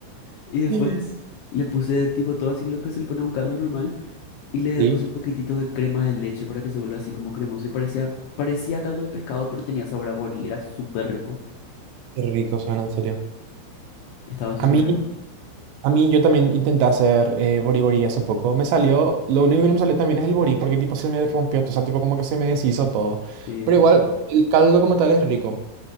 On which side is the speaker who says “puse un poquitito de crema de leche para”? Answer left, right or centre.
Left